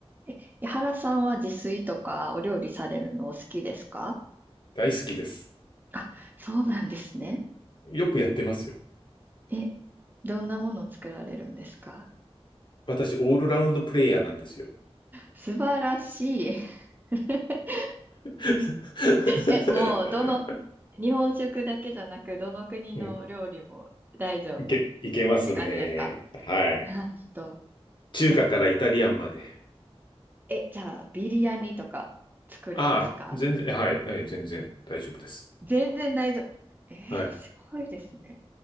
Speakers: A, on the right; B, on the left.
A: え、井原さんは自炊とかお料理されるのお好きですか
B: 大好きです。
A: あ、そうなんですね。
B: よくやってますよ。
A: え、どんなものを作られるんですか
B: 私、オールラウンドプレイヤーなんですよ。
A: 素晴らしい。<laughs>
B: <laughs>
A: え、もう、どの、日本食だけじゃなく、どの国の料理も大丈夫っ
B: うん、いけ、いけますね。
A: て感じですか
B: はい。
A: なんと、
B: 中華からイタリアンまで。
A: え、え、じゃあ、ビリヤニとか作れますか
B: ああ、全然、はい、はい、全然大丈夫です。
A: 全然大丈夫。えーすごいですね。
B: はい。